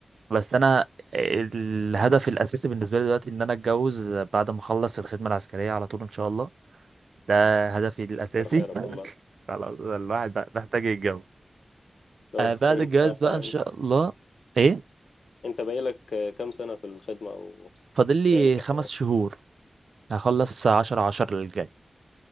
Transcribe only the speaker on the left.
كتر خيرك والله
لو
<laughs>
انت
انت بقالك كام سنة في الخدمة او
بقالك